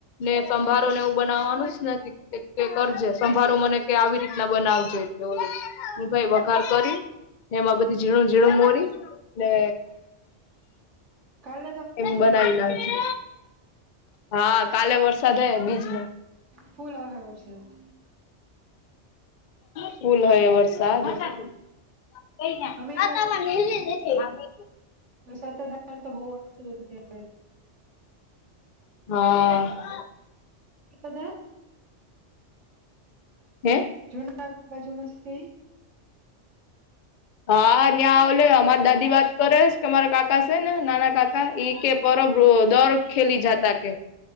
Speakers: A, on the left (about 50°); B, on the right (about 70°).
A: ને સંભારો ને એવું બનાવવાનું છે ને કરજે, સંભારો મનેકે આવી રી ના બનાવજે તો હું ભાઈ વઘાર કરી. એમાં બધી ઝીણું ઝીણું મોરી ને
B: કાલ
A: એમ બનાવી નાખજે. હા કાલે વરસાદ હે બીજનો
B: ફૂલ ઓ હે વરસાદ.
A: ફૂલ આયો વરસાદ!. <unintelligible>
B: અમે સત્તાધાર તો બહુ હતુ. <unintelligible>
A: હા
B: પધ <inaudible>
A: હે?
B: જુના બાજુ મસ્ ઈ.?
A: હા ન્યા ઓલે અમાર દાદી વાત કરે કે મારા કાકા છે ને નાના કાક એ કે પર બ્રો દર ખેલી જાતા કે